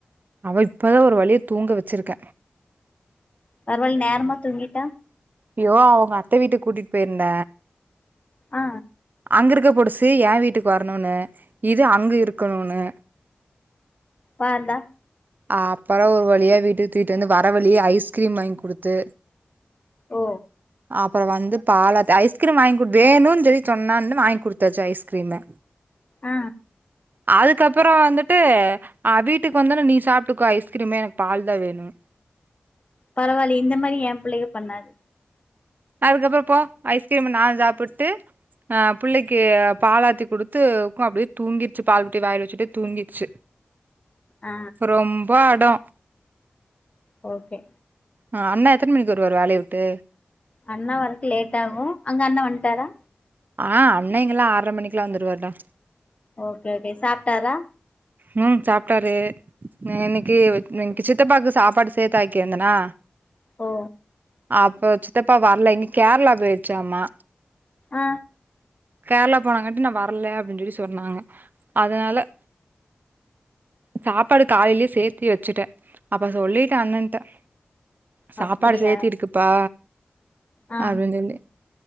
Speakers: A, on the right; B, on the left.
A: அவ இப்பதா ஒரு வழிய தூங்க வெச்சிருக்க
B: பரவால்ல நேரமா தூங்கீட்டா
A: ஐயோ அவுங்க அத்த வீட்டுக் கூட்டிட் போயிருந்த
B: ஆ
A: அங்கிருக்க பொடுசு ஏ வீட்டுக்கு வரனுனு இது அங்க இருக்கனுனு
B: பாருடா
A: ஆ அப்றோ ஒரு வழியா வீட்டுக்கு தூக்கிட்டு வந்து வர வழியே ஐஸ்கிரீம் வாங்கி குடுத்து
B: ஓ
A: அப்பறோ வந்து பாலாத்த ஐஸ்கிரீம் வாங்கி குடு வேணுன்னு சொல்லி சொன்னான்னு வாங்கி குடுத்தாச்சு ஐஸ்கிரீமு
B: ஆ
A: அதுக்கப்புறோ வந்துட்டு ஆ வீட்டுக் இப்ப வந்த ஒன்னே நீ சாப்டுக்கோ ஐஸ்கிரீமு எனக்கு பால் தா வேணு
B: பரவாலியே இந்த மாரி ஏ பிள்ளைக பண்ணாது
A: அதுக்கப்பரோ போ ஐஸ்கிரீம்ம நாஞ்சாப்புட்டு ஆ புள்ளைக்கு பாலாத்தி குடுத்து குள்ள அப்டியே தூங்கிடுச்சு பால் புட்டி வாயிலவச்சுட்டே தூங்கிருச்சு
B: ஆ
A: ரொம்ப அடோ
B: ஓக்கே
A: ஆ அண்ணா எத்தன் மணிக்கு வருவாரு வேலைய வுட்டு
B: அண்ணா வரக்கு லேட் ஆகு அங்க அண்ண வன்ட்டாரா
A: ஆ அண்ணேங்கல்லா ஆர்ற மணிக்லா வந்துருவார்டா
B: ஓக்கே ஓகே சாப்ட்டாரா
A: ம் சாப்ட்டாரு னு இன்னைக்கு சித்தப்பாக்கு சாப்பாடு சேத்து ஆக்கிருந்தனா
B: ஓ
A: அப்ப சித்தப்பா வர்ல இன்னிக் கேரளா போயிருச்சாமா
B: ஆ
A: கேர்ளா போனங்காட்டி நா வர்ல அப்டின் சொல்லி சொன்னாங்க அதனால சாப்பாடு காலைலியே சேத்தி வச்சுட்டே அப்ப சொல்லிட்டே அண்ணன்ட்ட சாப்பாடு
B: அப்டியா
A: சேத்தி இருக்குப்பா
B: ஆ
A: அப்டின் சொல்லி